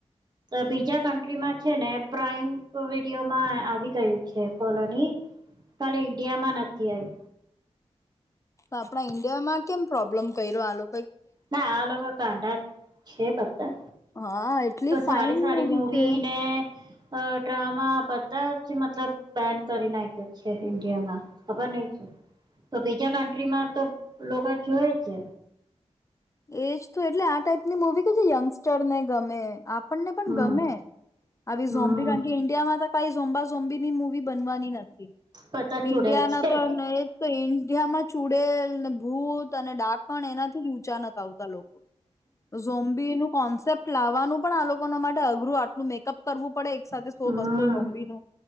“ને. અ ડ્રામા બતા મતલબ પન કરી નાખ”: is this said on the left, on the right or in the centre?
Right